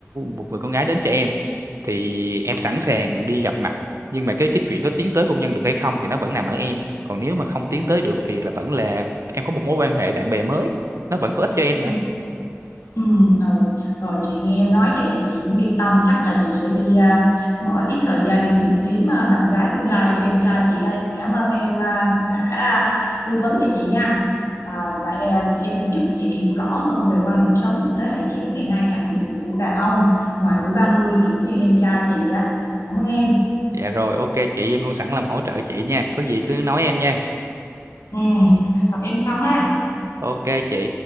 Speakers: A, on the right (about 75°); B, on the left (about 80°).
A: một người con gái đến cho em thì em sẵn sàng đi gặp mặt nhưng mà cái cái chuyện có tiến tới hôn nhân được hay không thì nó vẫn nằm ở em còn nếu mà không tiến tới được thì là vẫn là em có một mối quan hệ bạn bè mới nó vẫn có ích cho em mà
B: Ừ. Ừ, ừ. Rồi chị nghe em nói vậy thì chị cũng yên tâm chắc là chị sẽ đi à, bỏ ít thời gian để tìm kiếm à, bạn gái tương lai cho em trai chị đây cảm ơn em à, đã à, tư vấn cho chị nha à, và em, em cũng giúp chị hiểu rõ hơn về quan điểm sống của thế hệ trẻ ngày nay đặc biệt là của đàn ông ngoài tuổi 30 kiểu như em trai chị á cảm ơn em
A: dạ rồi ok chị em luôn sẵn lòng hỗ trợ chị nha có gì cứ nói em nha
B: ừ, gặp em sau ha
A: ok chị